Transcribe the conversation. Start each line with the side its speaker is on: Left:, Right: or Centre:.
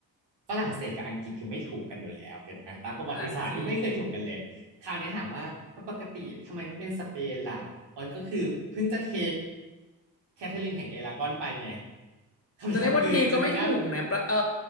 Right: ฝรั่งเศสกับอังกฤษคือไม่ถูกกันอยู่แล้วเก็ตไหมตามประวัติศาสตร์นี่ไม่เคยถูกกันเลยคราวนี้ถามว่าปกติทำไมไม่เป็นสเปนล่ะอ๋อก็คือเพิ่งจะเท
Left: อ่ะจริง
Right: แคทเธอรีนแห่งเอรากอนไปไงคำถามคือจะมีหน้า
Left: จะเรียกว่าทีก็ไม่ถูกนะประเออ